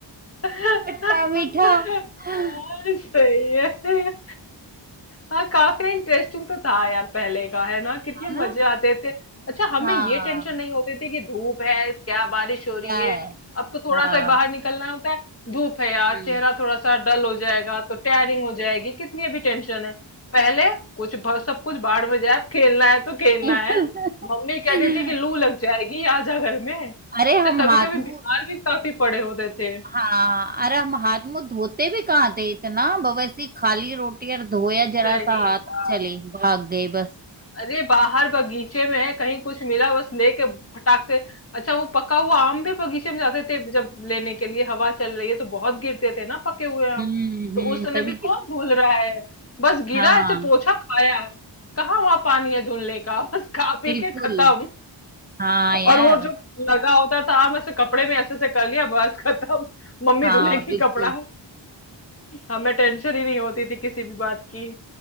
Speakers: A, on the left; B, on the right.
A: हाँ,
B: खट्टा मीठा है
A: सही है हाँ काफी इंटरेस्टिंग तो था यार पहले का है ना कितने मजे
B: ना
A: आते थे अच्छा हमें
B: हाँ
A: ये टेंशन नहीं होती थी कि धूप है क्या बारिश हो रही
B: क्या
A: है
B: है
A: अब तो थोड़ा
B: हाँ
A: सा बाहर निकलना होता है धूप है यार
B: हम्म
A: चेहरा थोड़ा सा डल हो जाएगा तो टैनिंग हो जाएगी कितनी अभी टेंशन है पहले कुछ भ- सब कुछ बाहर में जाए अब खेलना है तो खेलना
B: हम्म।
A: है मम्मी
B: <laughs>
A: कहती थी कि लू लग जाएगी आ जा घर में अच्छा
B: अरे हम
A: कभी
B: हाथ
A: कभी
B: मुंह
A: बीमार भी काफी पड़े होते थे
B: हाँ अरे हम हाथ मुंह धोते भी कहाँ थे इतना बवैसी खाली रोटी और धोया
A: सही
B: जरा सा हाथ
A: बात।
B: और चले भाग गए बस
A: अरे बाहर बगीचे में है कहीं कुछ मिला बस लेके फटाक से अच्छा वो पका हुआ आम भी बगीचे में जाते थे जब लेने के लिए हवा चल रही है तो बहुत गिरते थे ना पके हुए आम
B: हम्म
A: तो
B: हम्म
A: उस समय
B: तभी
A: भी
B: कितनी
A: कौन धुल रहा है बस गिरा
B: हाँ
A: ऐसे पोछा खाया कहाँ वहां पानी है धुलने का <laughs> बस खा पी
B: बिल्कुल
A: के खत्म
B: हाँ यार
A: और वो जो लगा होता था आम ऐसे कपड़े में ऐसे ऐसे कर लिया बस खत्म मम्मी
B: हाँ
A: धुलेंगी
B: बिल्कुल
A: कपड़ा हमें टेंशन ही नहीं होती थी किसी भी बात की